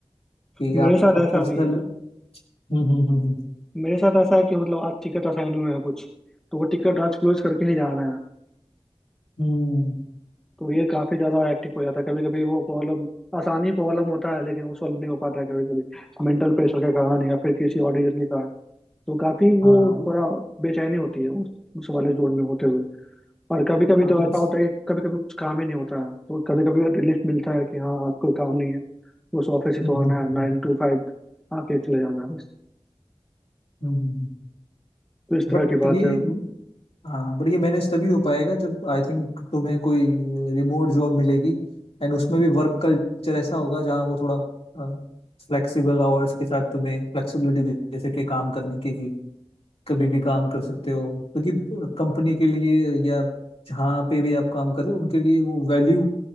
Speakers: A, on the left; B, in the centre.
A: कि
B: मेरे
A: आप,
B: साथ
A: आप
B: ऐसा
A: पर्सनल
B: नहीं है
A: हम्म हम्म हम्म
B: मेरे साथ ऐसा है कि मतलब आज टिकट असाइन हुए हैं कुछ तो वो टिकट आज क्लोज करके ही जाना है
A: हम्म हम्म,
B: तो ये काफी ज्यादा हेक्टिक हो जाता है कभी कभी वो प्रॉब्लम आसानी प्रॉब्लम होता है लेकिन वो सॉल्व नहीं हो पाता है कभी कभी मेंटल प्रेशर के कारण या फिर किसी और रीजन के कारण तो काफी
A: हाँ
B: वो
A: उ-
B: थोड़ा बेचैनी होती है उस उस वाले जोन में होते हुए और कभी कभी
A: हाँ,
B: तो
A: उस
B: ऐसा होता है कि कभी कभी कुछ काम ही नहीं होता है तो कभी कभी रिलीफ मिलता है कि हाँ आज कोई काम नहीं है बस ऑफिस ही
A: हम्म
B: तो आना
A: हम्म
B: है
A: हम्म
B: नाइन टू फाइव आके चले जाना है बस
A: हम्म हम्म
B: तो इस तरह
A: बट
B: की बात
A: ये
B: है
A: हाँ बट ये मैनेज तभी हो पाएगा जब आई थिंक तुम्हें कोई रिमोट जॉब मिलेगी एंड उसमें भी वर्क कल्चर ऐसा होगा जहाँ वो थोड़ा फ्लेक्सिबल आवर्स के साथ तुम्हें फ्लेक्सिबिलिटी जैसे कि काम करने की कभी भी काम कर सकते हो क्योंकि कंपनी के लिए या जहाँ पे भी आप काम कर रहे हो उनके लिए वो वैल्यू